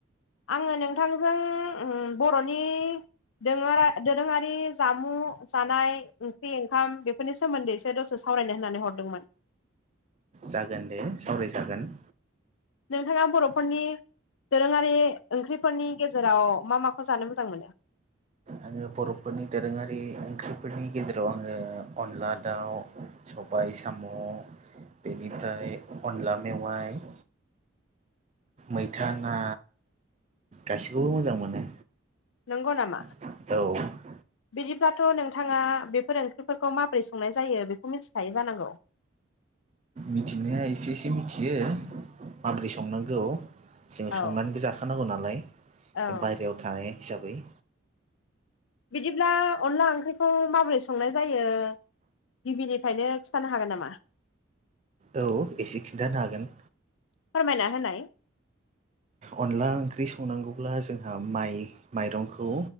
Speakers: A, on the left (about 70°); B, on the right (about 35°).
A: आङो नोंथांजों बर'नि दोङा दोरोङारि जामुं जानाय ओंख्रि ओंखाम बेफोरनि सोमोन्दैसो दसे सावरायनाय होननानै हरदोंमोन
B: जागोन दे सावरायजागोन
A: नोंथाङा बर'फोरनि दोरोङारि ओंख्रिफोरनि गेजेराव मा माखौ जानो मोजां मोनो
B: आङो बर'फोरनि दोरोङारि ओंख्रिफोरनि गेजेराव आङो अनला दाउ सबाय साम' बेनिफ्राय अनला मेवाइ मैथा ना गासिखौबो मोजां मोनो
A: नंगौ नामा
B: औ
A: बिदिब्लाथ' नोंथाङा बेफोर ओंख्रिफोरखौ माबोरै संनाय जायो बेखौ मिथिखायो जानांगौ
B: मिथिनाया एसे एसे मिथियो माबोरै संनांगौ जोङो
A: औ
B: संनानैबो जाखानांगौ नालाय
A: औ
B: जों बायेरायाव थानाय हिसाबै
A: बिदिब्ला अनला ओंख्रिखौ माबोरै संनाय जायो गिबिनिफ्रायनो खिन्थानो हागोन नामा
B: औ एसे खिन्थानो हागोन
A: फोरमायना होनाय
B: अनला ओंख्रि संनांगौब्ला जोंहा माइ माइरंखौ